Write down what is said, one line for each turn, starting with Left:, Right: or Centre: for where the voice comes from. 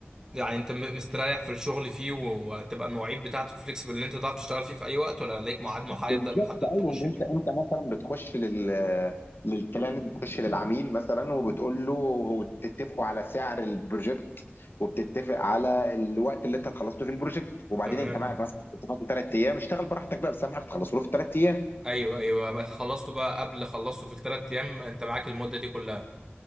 Right: يعني انت م- مستريح في الشغل فيه و- وهتبقى المواعيد بتاعته فليكسبل ان انت تعرف تشتغل فيه في اي وقت ولا ليك ميعاد محدد
Left: بالظبط
Right: محدد
Left: ايوه
Right: تخش
Left: ان انت
Right: فيه
Left: انت مثلا بتخش لل للكلاينت بتخش للعميل مثلا وبتقول له وتتفقوا على سعر البروجكت وبتتفق على الوقت اللي انت هتخلصه في البروجكت وبعدين
Right: تمام
Left: انت معاك مثلا بتاخد ثلاث ايام اشتغل براحتك بقى بس اهم حاجه تخلصه في ثلاث ايام
Right: ايوه ايوه ما خلصته بقى قبل خلصته في الثلاث ايام انت معاك المدة دي كلها